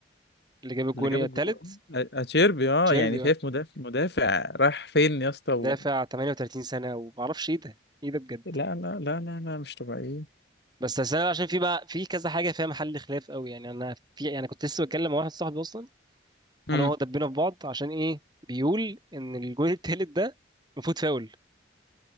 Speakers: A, on the right (about 20°); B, on the left (about 60°).
A: اللي جاب الجون
B: اللي جاب
A: التالت
B: الجون أ- اتشيربي اه
A: تشيربي
B: يعني شايف
A: آه،
B: مدافع مدافع راح فين يا اسطى و...
A: دافع 38 سنه وما اعرفش ايه ده ايه ده بجد
B: لا لا لا لا لا مش طبيعيين
A: بس أصل انا عشان في بقى في كذا حاجه فيها محل خلاف قوي يعني انا في يعني كنت لسه بتكلم مع واحد صاحبي اصلا
B: امم
A: انا وهو دبينا في بعض عشان ايه بيقول ان الجون التالت ده المفروض فاول